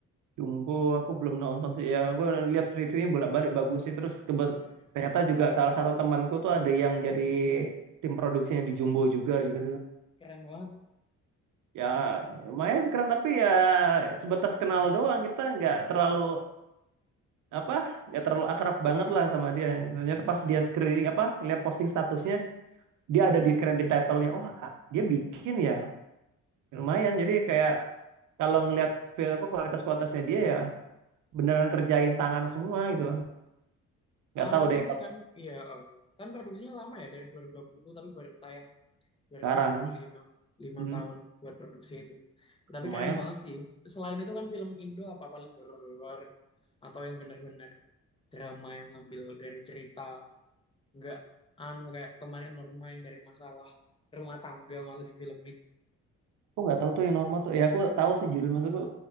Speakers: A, on the right; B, on the left.
A: Jumbo aku belum nonton sih ya aku lihat reviewnya bolak-balik bagus sih terus kebe-
B: Eh,
A: ternyata juga salah satu temanku tuh ada yang jadi tim produksinya di Jumbo juga
B: eh,
A: gitu
B: keren banget.
A: ya lumayan sekarang, tapi ya sebatas kenal doang kita nggak
B: Iya,
A: terlalu apa nggak terlalu akrab banget lah sama dia ternyata pas dia screening apa lihat posting statusnya dia ada di credit title-nya oh a- dia bikin ya lumayan jadi
B: keren,
A: kayak
B: keren.
A: kalau ngelihat feel- apa kualitas-kualitasnya dia ya beneran kerjain tangan semua gitu nggak
B: Lama
A: tahu deh
B: juga kan? Iya, eh, kan produksinya lama ya dari dua dua ribu dua puluh tapi baru tayang dua
A: Sekarang,
B: ribu dua puluh lima lima
A: hmm,
B: tahun buat produksi itu tapi
A: lumayan.
B: keren banget sih selain itu kan film Indo apa paling horor atau yang bener-bener drama yang ngambil dari cerita nggak anu kayak kemarin Norma yang dari masalah rumah tangga malah difilmin
A: Aku nggak tahu tuh yang normal tuh. Ya aku tahu sih judul maksudku.